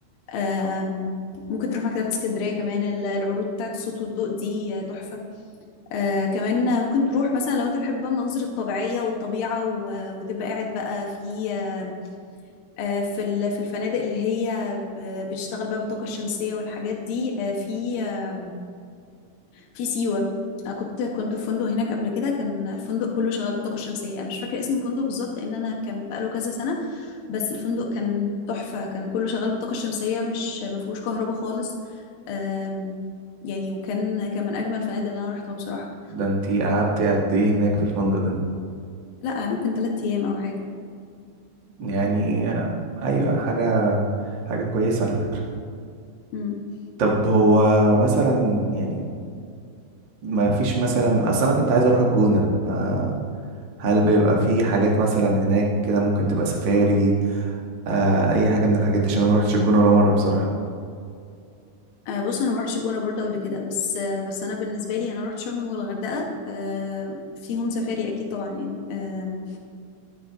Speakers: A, on the left; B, on the right.
A: آم، ممكن تروح مكتبة اسكندرية كمان ال- العروض بتاعت الصوت والضوء دي آه، تحفة آه كمان ممكن تروح مثلا لو انت بتحب بقى المناظر الطبيعية والطبيعة و- وتبقى قاعد بقى في آه آه، في ال- في الفنادق اللي هي ب- بتشتغل بقى بالطاقة الشمسية والحاجات دي آه في آه في سيوة آه كنت كنت في فندق هناك قبل كده كان الفندق كله شغال بالطاقة الشمسية انا مش فاكرة اسم الفندق بالظبط لان انا كان بقاله كذا سنة بس الفندق كان تحفة كان كله شغال بالطاقة الشمسية مش ما فيهوش كهرباء خالص آم، يعني وكان كان من اجمل الفنادق اللي انا رحتها بصراحة
B: ده انتي قعدت قد ايه هناك في الفندق ده
A: لا ممكن ثلاثة ايام او حاجة
B: يعني ايوه حاجه حاجه كويسه على فكره
A: امم
B: طب هو مثلا يعني ما فيش مثلا اصل انا كنت عايز اروح الجونة فهل بيبقى في حاجات مثلا هناك كده ممكن تبقى سفاري آه اي حاجة من الحاجات دي عشان انا ما روحتش الجونة ولا مرة بصراحة
A: آه بص انا ما رحتش الجونه برضو قبل كده بس آه بس انا بالنسبه لي انا رحت شرم والغردقه آه فيهم سفاري اكيد طبعا يعني آه